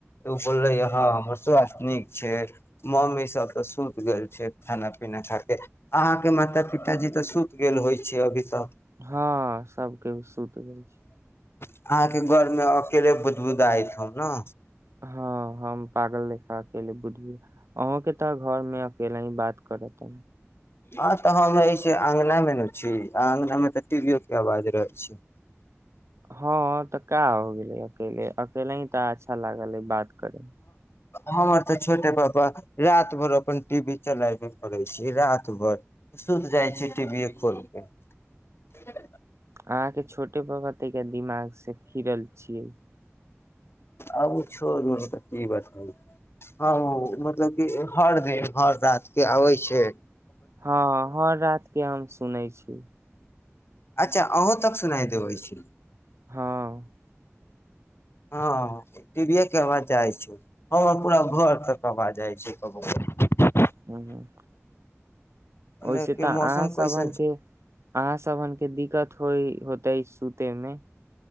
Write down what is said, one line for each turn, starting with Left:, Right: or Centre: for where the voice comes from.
Left: उ बोललै ह हमर स्वास्थ्य नीक छैइ मम्मीसभ तऽ सुति गेल छैइ खाना पीना खाके अहाँके माता पिताजी तऽ सुति गेल होइ छैइ अभी तक
Right: हां सभकेऊ सुति गेल छै
Left: अहाँके घर में अकेले बुदबुदाय छौं न
Right: हँ हम पागल लेखा ए ले। बुधब <unintelligible> अहूं के तऽ घर में अकेला ही बात करत
Left: आ तऽ हम ऐसे अंगना में न छी आ अंगना में तऽ टीवीओ के आवाज रहै छै
Right: हँ अ तऽ का हो गेल अकेले अकेले ही तऽ अच्छा लागल हय बात करे मे
Left: हमर तऽ छोटे पापा रात भर अपन टी वी चलायबे करै छी रात भर सुति जाइ छी टीवीए खोलि कऽ
Right: अहाँ के छोटे पापा त दिमाग से फिरल छियै
Left: आब उ छोड़ू त की बतबै हँ मतलब की हर दिन हर रात के आबैइ छैय
Right: हँ हर रात के हम सुनै छी ह <inaudible> <unintelligible>
Left: अच्छा अहूँ तक सुनाई देबै छी
Right: हँ
Left: हँ टीवीए के आवाज जाइ छैइ हं पूरा घर तक आवाज जाइ छैइ कबो कबो
Right: ह
Left: ओने
Right: ओई से
Left: के
Right: तऽ
Left: मौसम
Right: अहाँ सभन
Left: कैसन छै
Right: के अहाँ सभन के दिक्कत होइ हो तै सूते में